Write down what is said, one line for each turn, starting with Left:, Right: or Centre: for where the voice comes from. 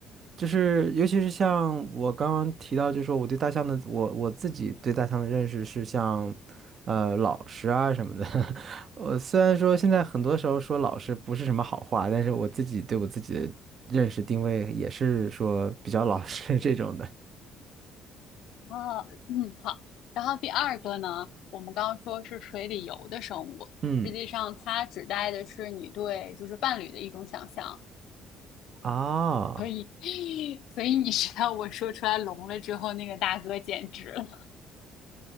Right: 就是尤其是像我刚刚提到，就是说我对大象的，我我自己对大象的认识是像，呃，老实啊什么的。<laughs> 我虽然说现在很多时候说老实不是什么好话，但是我自己对我自己的认识定位也是说比较老实 <laughs> 这种的。
Left: 啊，嗯，好。然后第二个呢，我们刚刚说是水里游的生物，
Right: 嗯，
Left: 实际上它指代的是你对就是伴侣的一种想象。
Right: 啊，
Left: 所以，<laughs> 所以你知道我说出来聋了之后，那个大哥简直了，